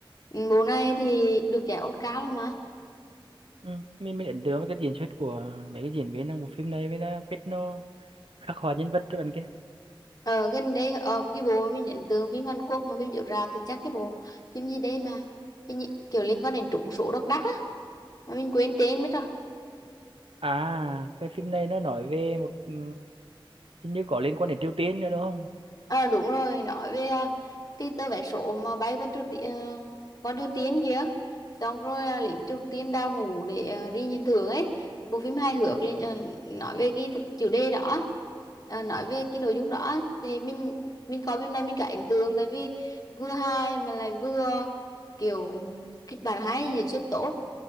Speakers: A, on the left; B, on the right.
A: Ừ, Bộ này thì được giải Oscar luôn mà.
B: ừ. mình mình ấn tượng với cái diễn xuất của mấy cái diễn viên trong bộ phim này với nó cách nó khắc họa nhân vật cho bạn kia
A: Ờ, gần đây ờ, cái bộ mình ấn tượng phim Hàn Quốc mà phim chiếu rạp thì chắc cái bộ phim gì đây mà cái gì, kiểu liên quan đến trúng số độc đắc á mà mình quên tên mất rồi
B: à cái phim này nó nói về một ừ, hình như có liên quan đến Triều Tiên nữa đúng không
A: À, đúng rồi, nói về à, cái tờ vé số mà bay qua Triều Tiên, qua Triều Tiên kìa. Xong rồi à, lính Triều Tiên đào ngũ để à, đi nhận thưởng ấy. Bộ phim hài hước lên- ờ, nói về cái chủ đề đó, ờ, nói về cái nội dung đó thì mình mình coi phim này mình cả ấn tượng tại vì vừa hài mà lại vừa kiểu kịch bản hay diễn xuất tốt.